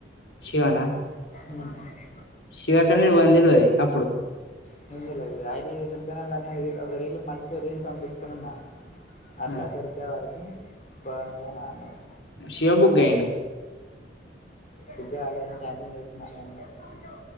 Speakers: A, on the left; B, on the left.
A: శివనా?
B: ఉ
A: శివకని వందేల్వది అప్పుడు.
B: తెల్వది. ఐడిగుడ్క వాలన్నద్ మర్చిపోయ్ రీల్స్ పంపిచ్చి మున్నా, అట్ల
A: ఆ
B: దొరికేవారకి బాగున్నదన అన్నది
A: శివబుగ్గయిండు
B: బ్బేయాలో ఏం చార్జింగ్ చేస్న రండి <unintelligible>